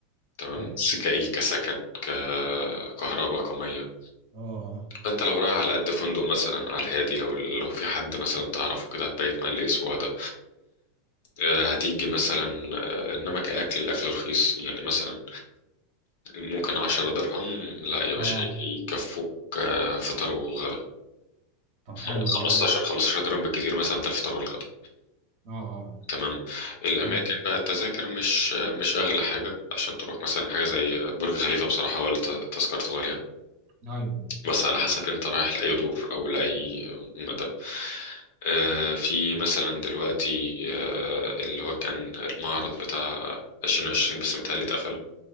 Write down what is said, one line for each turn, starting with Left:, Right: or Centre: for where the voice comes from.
Left: تمام
Right: أيوه
Left: بس كأي كسكن ككهرباء كمية
Right: أه
Left: انت لو رايح على قد فندق مثلا على الهادي لو لو في حد مثلا تعرفه كده هتبيت معاه الاسبوع ده آه، هتيجي مثلا آه، انما كأكل الاكل رخيص يعني مثلا ممكن عشرة درهم لا يا باشا
Right: أه
Left: يكفوك آه، فطار وغدا
Right: طب
Left: خم-
Right: حلو ده
Left: 15
Right: أيوه
Left: 15 درهم بالكثير مثلا ده الفطار والغدا
Right: أه أه
Left: تمام الاماكن
Right: تمام
Left: بقى التذاكر مش آه، مش اغلى حاجه عشان تروح مثلا حاجه زي برج خليفه بصراحه ولا تذكرته غاليه
Right: أيوه
Left: بس على حسب انت رايح لأي دور أو لأي مدى آه، في مثلا دلوقتي آه، اللي هو كان المعرض بتاع 2020 بس متهيألي اتقفل